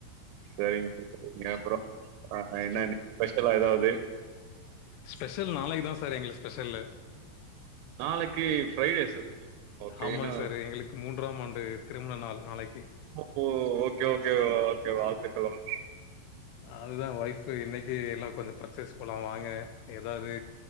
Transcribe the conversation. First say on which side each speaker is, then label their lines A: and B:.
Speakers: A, on the right (about 85°); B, on the left (about 85°).
A: செரிங்க சார் செரிங்க அப்றோ அ என்ன இன்னைக் ஸ்பெஷலா எதாவ்து
B: ஸ்பெஷல் நாளைக்குதா சார் எங்களுக் ஸ்பெஷல்லு
A: நாளைக்கு ஃப்ரைடே சார் ஓகே
B: ஆமாங்
A: என்ன
B: சார் எங்களுக்கு மூன்றாம் ஆண்டு திருமண நாள் நாளைக்கு
A: போ ஓக் கே ஓகே ஓகே வாழ்த்துக்கள் <inaudible>
B: அதுதா ஒய்ஃப் இன்னைக்கு எல்லா கொஞ்சொ பர்ச்சேஸ் பண்ண வா ங்க எதாவ்து